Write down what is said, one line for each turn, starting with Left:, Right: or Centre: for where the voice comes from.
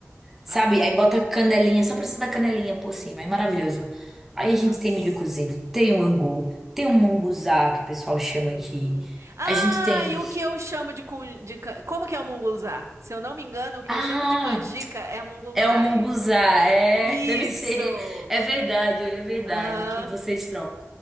Centre: Sabe?
Right: Ai,
Centre: Aí bota canelinha, só precisa da canelinha por
Right: hum,
Centre: cima, é maravilhoso. Aí a
Right: nossa.
Centre: gente tem milho cozido, tem o angu, tem o munguzá, que o pessoal chama
Right: Hum.
Centre: aqui.
Right: Ah,
Centre: A gente tem.
Right: e o que eu chamo de, cun- de can- Como que é o munguzá? Se eu não me engano, o que
Centre: Ah!
Right: eu chamo de canjica é mungunzai.
Centre: É o munguzá, é,
Right: Isso!
Centre: deve ser, é verdade, é verdade,
Right: Aham,
Centre: o que vocês trocam.